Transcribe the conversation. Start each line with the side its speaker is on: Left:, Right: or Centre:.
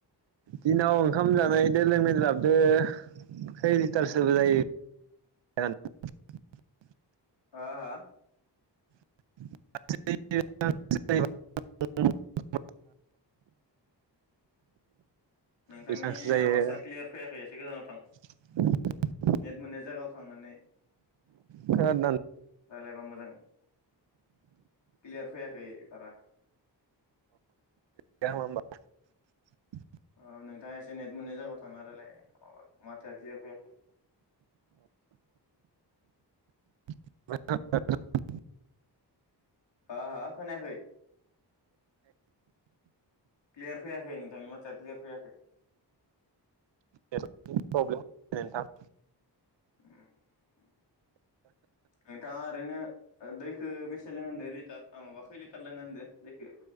Right: दिनाव ओंखाम जानायजों लोंनायदो जाबदो खै लिटारसोबो जायो <inaudible>
Left: हा हा?
Right: <inaudible>
Left: नोंथांनि
Right: बेसांसो जायो
Left: आवाजआ क्लियार फैयाखै एसे गोजानाव था <unintelligible>
Right: <inaudible>
Left: नेेट मोननाय जायगायाव थांनानै।
Right: खोनादोंना
Left: राय्लायबा मोजां क्लियार फैयाखै। खै बारा।
Right: <inaudible>
Left: अ नोंथाङा एसे नेट मोननाय जायगायाव थांना रायलाय अ माथोआ क्लियार फैयाखै।
Right: <inaudible>
Left: हा हा खोनायाखै क्लियार फैयाखै नोंथांनि माथोआ क्लियार फैयाखै।
Right: नेटनि प्र्लेमलै नोंथां।
Left: उम नोंथाङा ओरैनो ओ दै खो बेसे लोंङो होनदो लिटार अ माबा खै लिटार लोङो होनदों दैखो?